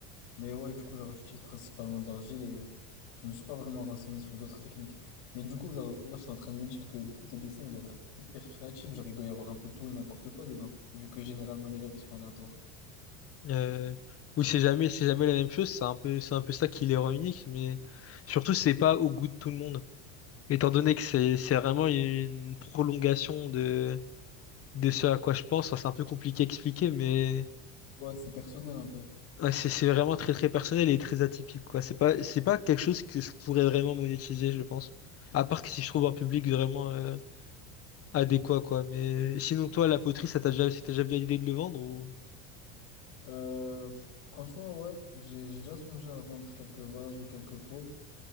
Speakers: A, on the left; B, on the left.
A: Mais ouais, du coup, genre, j'utilise principalement de l'argile et je me suis pas vraiment renseigné sur d'autres techniques. Mais du coup, genre, là, je suis en train de me dire que du coup, tes dessins, ils doivent être hyper créatifs. Genre, il doit y avoir un peu tout et n'importe quoi dedans, vu que généralement, les rêves, ils sont aléatoires.
B: Euh, ou c'est jamais, c'est jamais la même chose, c'est un peu, c'est un peu ça qui les rend uniques, mais surtout c'est pas au goût de tout le monde. Étant donné que c'est, c'est vraiment une prolongation de, de ce à quoi je pense. Enfin, c'est un peu compliqué à expliquer, mais
A: Ouais, c'est personnel un peu.
B: ouais, c'est c'est vraiment très très personnel et très atypique, quoi. C'est pas, c'est pas quelque chose que je pourrais vraiment monétiser, je pense. À part que si je trouve un public vraiment euh, adéquat, quoi. Mais sinon, toi, la poterie, ça t'a déjà, c'était déjà bien l'idée de le vendre ou...
A: Euh, franchement, ouais, j'ai j'ai déjà songé à vendre quelques vases ou quelques pots,